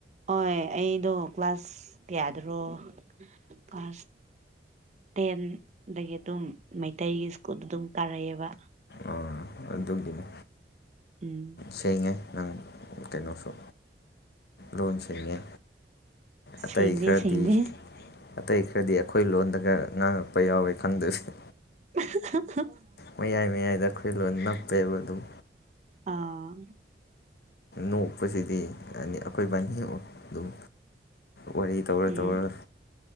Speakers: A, on the right; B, on the left.
A: ꯍꯣꯏ ꯑꯩꯗꯣ ꯀ꯭ꯂꯥꯁ ꯀꯌꯥꯗꯔꯣ ꯀ꯭ꯂꯥꯁ ꯇꯦꯟ ꯑꯗꯒꯤ ꯑꯗꯨꯝ ꯃꯩꯇꯩꯒꯤ ꯁ꯭ꯀꯨꯜꯗ ꯑꯗꯨꯝ ꯀꯥꯔꯛꯑꯕ
B: ꯑ ꯑꯗꯨꯒꯤꯅꯦ
A: ꯎꯝ
B: ꯁꯦꯡꯉꯦ ꯅꯪ ꯀꯩꯅꯣꯁꯨ ꯂꯣꯟꯁꯤꯡꯅꯤ ꯑꯇꯩ
A: ꯁꯦꯡꯗꯦ
B: ꯈꯔꯗꯤ
A: ꯁꯦꯡꯗꯦ
B: ꯑꯇꯩ ꯈꯔꯗꯤ ꯑꯩꯈꯣꯏ ꯂꯣꯟꯗꯒ ꯉꯥꯡꯉꯛꯄ ꯌꯥꯎꯋꯦ ꯈꯪꯗꯣꯏꯁ
A: <unintelligible>
B: ꯃꯌꯥꯏ ꯃꯌꯥꯏꯗ ꯑꯩꯈꯣꯏ ꯂꯣꯟ ꯅꯞꯄꯦꯕ ꯑꯗꯨꯝ
A: ꯑꯥ
B: ꯅꯣꯛꯄꯁꯤꯗꯤ ꯑꯩꯈꯣꯏꯕꯥꯅꯤ ꯍꯦꯛ ꯑꯗꯨꯝ ꯋꯥꯔꯤ ꯇꯧꯔ
A: ꯎꯝ
B: ꯇꯧꯔ